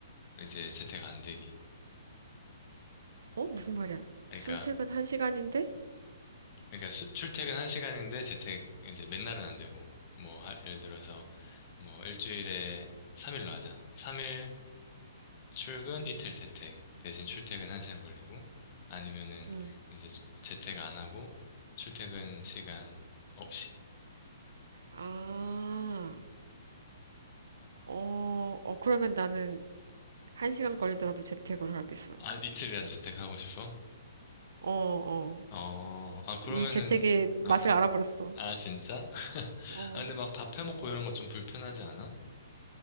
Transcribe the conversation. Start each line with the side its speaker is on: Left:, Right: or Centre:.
Left: 이제 재택 안 되기.
Right: 어 무슨 말이야?
Left: 그러니까,
Right: 출퇴근 한 시간인데?
Left: 그러니까 수- 출퇴근 한 시간인데 재택 이제 맨날은 안 되고, 뭐, 하- 예를 들어서 뭐 일주일에 3일로 하자. 3일 출근, 이틀 재택. 대신 출퇴근 한 시간 걸리고, 아니면은
Right: 응.
Left: 이제 주- 재택 안 하고, 출퇴근 시간 없이.
Right: 아, 어, 어 그러면 나는 한 시간 걸리더라도 재택으로 하겠어.
Left: 아, 이틀이라도 재택하고 싶어?
Right: 어, 어.
Left: 어, 아, 그러면은,
Right: 이 재택의 맛을
Left: 어, 어.
Right: 알아버렸어.
Left: 아, 진짜? <laughs>
Right: 어.
Left: 아, 근데 막 밥 해먹고 이런 거 좀 불편하지 않아?